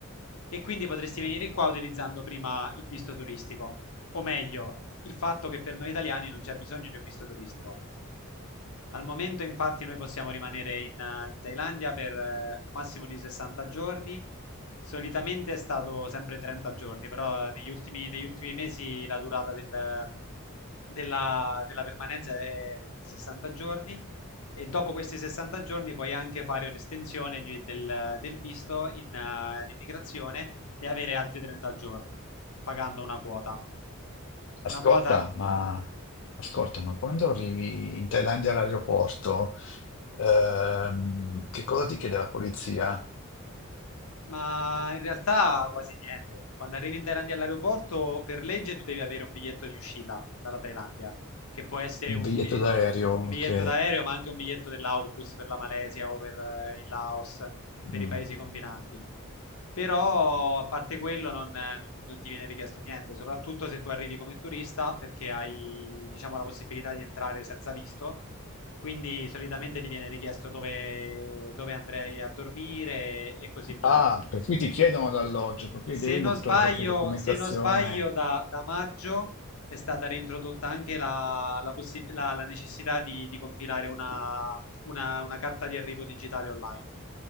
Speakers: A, on the left; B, on the left.
A: e quindi potresti venire qua utilizzando prima il visto turistico, o meglio, il fatto che per noi italiani non c'è bisogno di un visto turistico. Al momento, infatti, noi possiamo rimanere in, eh, in Thailandia per eh, un massimo di 60 giorni. Solitamente è stato sempre 30 giorni, però negli ultimi, negli ultimi mesi la durata del- della, della permanenza è di 60 giorni e dopo questi 60 giorni puoi anche fare un'estensione di- del, del visto in, eh, all'immigrazione e avere altri 30 giorni pagando una quota.
B: Ascolta,
A: Una quota
B: ma, ascolta, ma quando arrivi in Thailandia all'aeroporto, ehm, che cosa ti chiede la polizia?
A: Ma in realtà quasi niente. Quando arrivi in Thailandia all'aeroporto, per legge tu devi avere un biglietto di uscita dalla Thailandia, che può essere
B: Il
A: un,
B: biglietto
A: bi-
B: d'aereo,
A: un biglietto
B: ok.
A: d'aereo, ma anche un biglietto dell'autobus per la Malesia o per eh, il Laos, per
B: Mm.
A: i paesi confinanti. Però, a parte quello, non, eh, non- non ti viene richiesto niente, soprattutto se tu arrivi come turista, perché hai, diciamo, la possibilità di entrare senza visto. Quindi solitamente ti viene richiesto dove, dove andrei a dormire e e così via.
B: Ah, per cui ti chiedono l'alloggio, per cui
A: Se
B: devi
A: non
B: mostrare
A: sbaglio,
B: qualche documentazione
A: se non sbaglio da, da maggio è stata reintrodotta anche la, la possi- la- la necessità di, di compilare una, una- una carta di arrivo digitale online